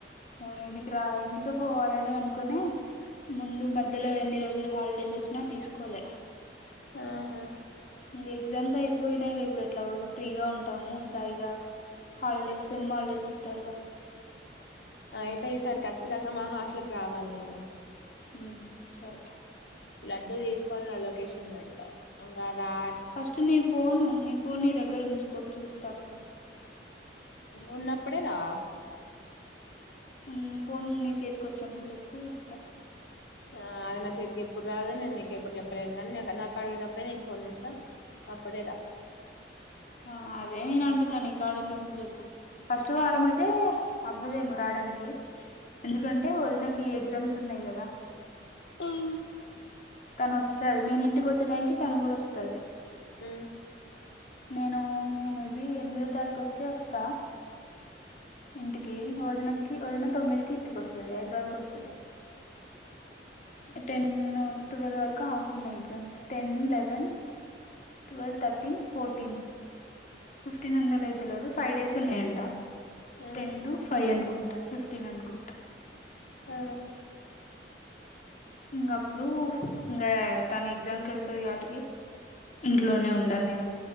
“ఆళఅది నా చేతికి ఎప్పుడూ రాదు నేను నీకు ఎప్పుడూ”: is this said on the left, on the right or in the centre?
Left